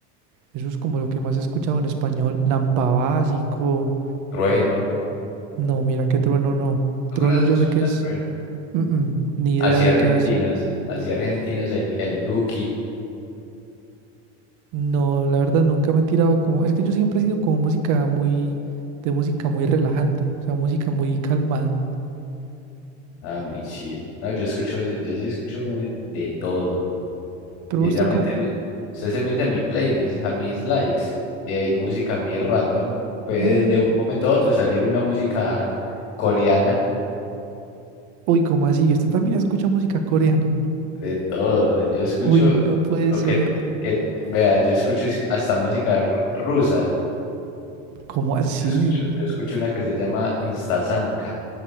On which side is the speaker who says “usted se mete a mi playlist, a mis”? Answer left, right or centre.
Left